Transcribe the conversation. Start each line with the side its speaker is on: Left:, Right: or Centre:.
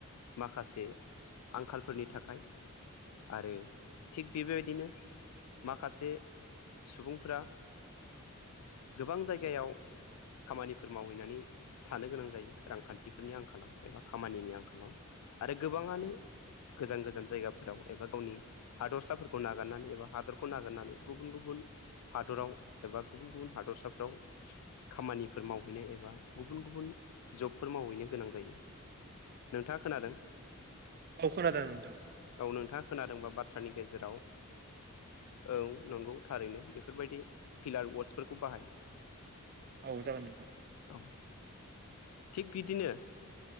Left: माखासे आंखालफोरनि थाखाय। आरो थिग बेबायदिनो माखासे सुबुंफोरा गोबां जायगायाव खामानिफोर मावहैनानै थानो गोनां जायो रांखान्थिफोरनि आंखालाव। एबा खामानिनि आंखालाव आरो गोबाङानो गोजान गोजान जायगाफोराव एबा गावनि हादरसाफोरखौ नागारनानै एबा हादर खौ नागिरनानै गुबुन गुबुन हादराव एबा गुबुन गुबुन हादरसाफ्राव खामानिफोर मावहैनो एबा गुबुन गुबुन जबफोर मावहैनो गोनां जायो। नोंथाङा खोनादों।
Right: अखोनादोंन नोंथां।
Left: औ नोंथाङा खोनादोंबा बाथ्रानि गेजेराव औ नंगौ थारैनो बेफोरबायदि फिलार वासफोरखौ बाहाय
Right: औ जागोन नोंथां।
Left: औ थिग बिदिनो